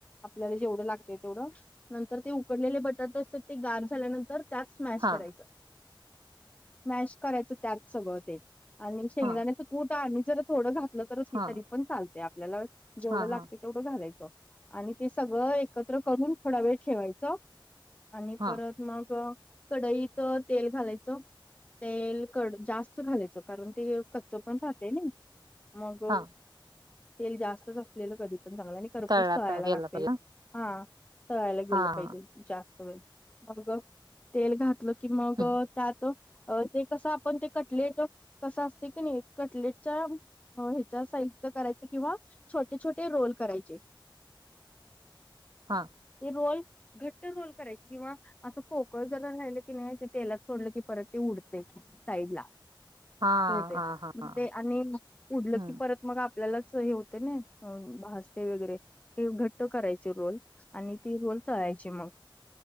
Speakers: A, on the left (about 15°); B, on the right (about 50°).
A: आपल्याला जेवढं लागत तेवढं नंतर ते उकडलेले बटाटे असतात ते गार झाल्यानंतर त्यात स्मॅश
B: हा
A: करायचं, स्मॅश करायचं त्यात सगळं ते. आणि शेंगदाण्याच
B: हा
A: कूट आणि जर थोडं घातलं तर हे
B: हा
A: तरी पण चालतय आपल्याला. जेवढं
B: हा
A: लागते
B: हा
A: तेवढं घालायचं आणि ते सगळं एकत्र करून थोडा वेळ ठेवायचं. आणि
B: हा
A: परत मग कडईत तेल घालायचं तेल कड जास्त घालायचं कारण ते कच्च पण राहत न‌ई मग
B: हा
A: तेल जास्तच असलेलं कधी पण चांगलं आणि खरपूस
B: तळला
A: तळायला
B: प गेला
A: लागतय.
B: पाहिजे
A: हा तळायला गेलं
B: हा
A: पाहिजे
B: हा
A: जास्त वेळ मग तेल घातलं मग
B: हम्म
A: त्यात ते कसं आपण ते, कटलेट कसं असतय कणी कटलेटच्या हो ह्याच्या साईजच करायच किंवा छोटे छोटे रोल करायचे.
B: हा
A: हे रोल. घट्ट गोल करायची किंवा असं फोकळ जरा राहिलं की नी तेलात सोडलं की परत ती उडतेय. साईडला
B: हा
A: हो ते
B: हा हा हा
A: आणि उडलं
B: हम्म
A: की परत मग आ आपल्यालाच हे होते न भाजते वगैरे ते घट करायची रोल आणि ती रोल तळायची मग.